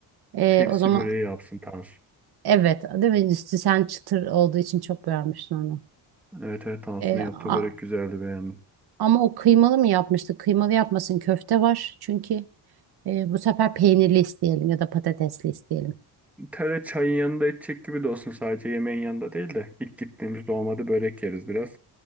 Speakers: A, on the right; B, in the centre.
A: Ee,
B: Tepsi
A: o zaman
B: böreği yapsın Tansu.
A: evet, değil mi? Üstü sen çıtır olduğu için çok beğenmiştin onu.
B: Evet evet Tansu'nun
A: Ee,
B: yaptığı
A: a-
B: börek güzeldi beğendim.
A: ama o kıymalı mı yapmıştı? Kıymalı yapmasın, köfte var. Çünkü e, bu sefer peynirli isteyelim ya da patatesli isteyelim.
B: Tere çayın yanında içecek gibi de olsun sadece yemeğin yanında değil de. ilk gittiğimizde olmadı börek yeriz biraz.